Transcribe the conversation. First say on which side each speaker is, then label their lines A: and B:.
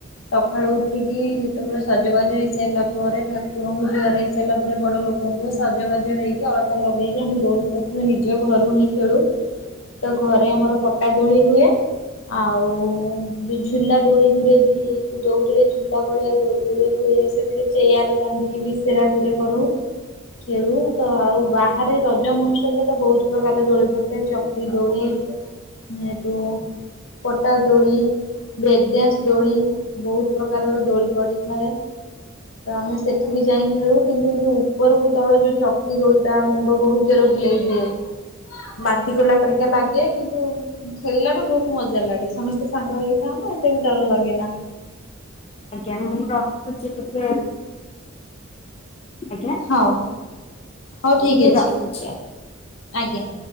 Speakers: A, on the left; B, on the left.
A: ସଖାଳୁ ଉଠିକି ଯେତେବେଳେ ସଜବାଜ ହେଇସାରିଲା ପରେ ଠାକୁରଙ୍କୁ ଜୁହାର ହେଇସାରିଲା ପରେ ବଡ ଲୋକ କିନ୍ତୁ ସାଜବାଜ ହେଇକି ଅଳତା ଲଗେଇକି ଆମେ ଦୋଳି ପ୍ରଥମେ ନିଜ ଘରୁ ହିଁ ଖେଳୁ। ତ ଘରେ ଆମର ପଟା ଦୋଳି ହୁଏ। ଆଉ ଯୋଉ ଝୁଲା ଦୋଳିି ରେ ବି ଯୋଉ ଦଉଡି ରେ ଝୁ ଝୁଲା ଦୋଳୀ ଦୋଳିରେ ହୁଏ ସେଥିରେ ଚେୟାର ବାନ୍ଧିକି ବି ସେରା ଗୁଟେ କରୁ। ଖେଳୁ ତ ଆଉ ବାହାରେ। ରଜ ମହୋତ୍ସବରେ ତ ବହୁତ ପ୍ରକାର ଦୋଳି ପଡିଥାଏ ଚକ୍ରି ଦୋଳି ସେଇଠୁ। ପଟା ଦୋଳି। ବ୍ରେକ ଡାନ୍ସ ଦୋଳି ବହୁତ ପ୍ରକାରର ଦୋଳି ପଡିଥାଏ। ତ ଆମେ ସେଠି ବି ଯାଇ ଖେଳୁ କିନ୍ତୁ ଯୋଉ ଉପରକୁ ତଳ ଯୋଉ ଚକ୍ରି ଦୋଳିଟା ମା ମୁଣ୍ଡ ବହୁତ ଜୋର ବୁଲେଇ ଦିଏ ବାନ୍ତି କଲା ପରିକା ଲାଗେ କିନ୍ତୁ। ଖେଳିଲାଠୁ ବହୁତ ମଜା ଲାଗେ ସମସ୍ତେ ସାଙ୍ଗ ହେଇକି ଥାନ୍ତି ସେତେ ବେଳେ ଡର ଲଗେ ନା।
B: ଆଜ୍ଞା ମୁଁ ରଖୁଛି ଟିକେ। ଆଜ୍ଞା
A: ହଉ। ହଉ
B: ମୁଁ
A: ଠିକ
B: ଟିକେ
A: ଅଛି
B: ରଖୁଛି
A: ଆଜ୍ଞା।